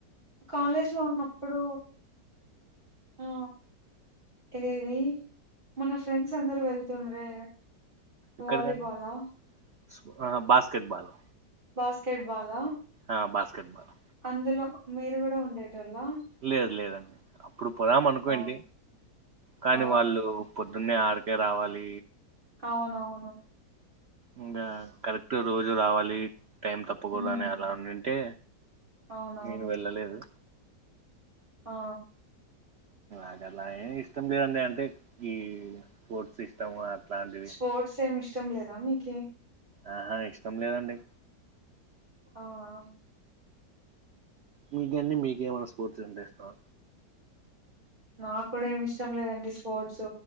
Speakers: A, on the right (about 25°); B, on the right (about 80°).
A: కాలేజ్ లో ఉన్నప్పుడు ఆ. ఇదేది మన ఫ్రెండ్స్ అందరు వెళ్తుండ్రే.
B: ఎక్కడికండి
A: వాలీబాలా?
B: స్ బాస్కెట్ బాల్.
A: Basketball.
B: అ బాస్కెట్ బాలు.
A: అందులో మీరు గూడా ఉండేటోల్లా.
B: లేదు లేదండి అప్పుడు పొదం అనుకొంటి
A: అవును.
B: కనీ
A: ఆ!
B: వాళ్ళు. పొద్దున్నే ఆరుకే రావాలి.
A: అవునవును.
B: ఇంగా కరెక్ట్ రోజు రావాలి టైం తప్పకూడదనే
A: హ్మ్.
B: అలా అనుంటే.
A: అవునవును.
B: నేను వెళ్ళలేదు.
A: ఆ.
B: అదిఅలాగే ఎం ఇష్టం లేదండి అంటే ఈ స్పోర్ట్స్ ఇష్టం. అట్లాంటివి
A: స్పోర్ట్స్ ఏమి ఇష్టం లేదా మీకి.
B: ఆహా ఇష్టం లేదండి.
A: ఆ అ.
B: మీకండి మీకేమన్నా స్పాట్సంటే ఇష్టమ.
A: నాక్కూడా ఏమి ఇష్టం లేదండి స్పోర్ట్స్